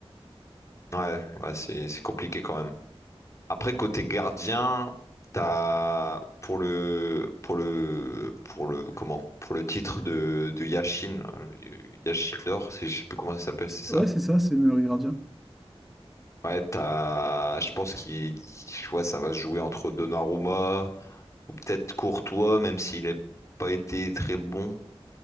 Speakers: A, on the left; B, in the centre.
A: Ouais, ouais, c'est c'est compliqué quand même. Après, côté gardien, t'as pour le pour le pour le comment pour le titre de, de Yashin, euh, Yashin d'or, c'est- je sais plus comment ça s'appelle, c'est ça?
B: Ouais, c'est ça, c'est le meilleur gardien.
A: Ouais, t'as, je pense qu'il, tu vois, ça va se jouer entre Donnarumma ou peut-être Courtois, même s'il n'a pas été très bon.